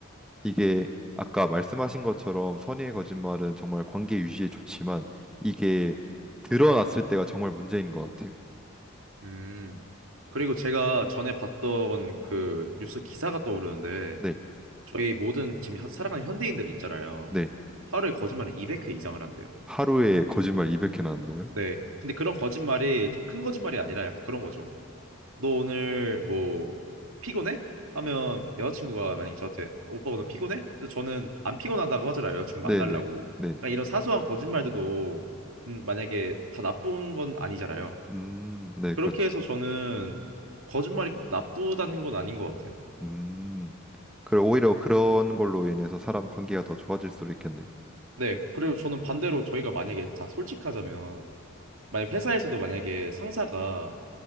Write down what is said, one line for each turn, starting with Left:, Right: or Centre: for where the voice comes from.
Centre: 이게 아까 말씀하신 것처럼 선의의 거짓말은 정말 관계 유지에 좋지만 이게 드러났을 때가 정말 문제인 것 같아요.
Right: 음. 그리고 제가 전에 봤던 그 뉴스 기사가 떠오르는데
Centre: 네,
Right: 저희 모든 지금 하- 살아가는 현대인들 있잖아요.
Centre: 네.
Right: 하루에 거짓말을 200회 이상을 한대요.
Centre: 하루에 거짓말 200개나 한다고요?
Right: 네. 근데 그런 거짓말이 좀 큰 거짓말이 아니라 약간 그런 거죠. 너 오늘 뭐 피곤해? 하면 여자친구가 만약에 저한테 오빠 오늘 피곤해? 그래서 저는 안 피곤하다고 하잖아요. 여자친구
Centre: 네,
Right: 만나려고.
Centre: 네, 네. 네.
Right: 그러니까 이런 사소한 거짓말들도 그럼 만약에 다 나쁜 건 아니잖아요.
Centre: 음, 네,
Right: 그렇게
Centre: 그렇죠.
Right: 해서 저는 거짓말이 꼭 나쁘다는 건 아닌 것 같아요.
Centre: 음. 그리고 오히려 그런 걸로 인해서 사람 관계가 더 좋아질 수도 있겠네요.
Right: 네. 그리고 저는 반대로 저희가 만약에 자 솔직하자면 만약 회사에서도 만약에 상사가